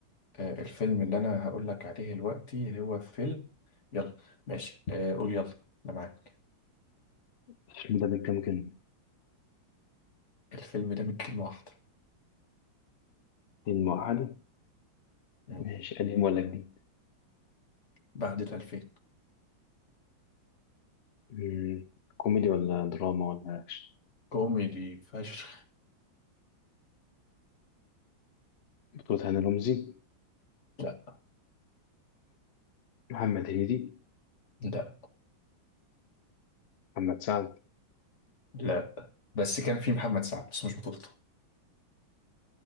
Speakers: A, on the left; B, on the left.
A: آه، الفيلم اللي انا هقول لك عليه دلوقتي هو فيلم يلا ماشي آه، قول يلا انا معاك
B: الفيلم ده من كام كلمة
A: الفيلم ده من كلمة واحدة
B: كلمة واحدة
A: مم.
B: ماشي قديم ولا جديد
A: بعد الألفين
B: مم، كوميدي ولا دراما ولا أكشن
A: كوميدي فشخ
B: بطولة هاني رمزي
A: لا
B: محمد هنيدي
A: لا
B: محمد سعد
A: لا بس كان في محمد سعد بس مش بطولته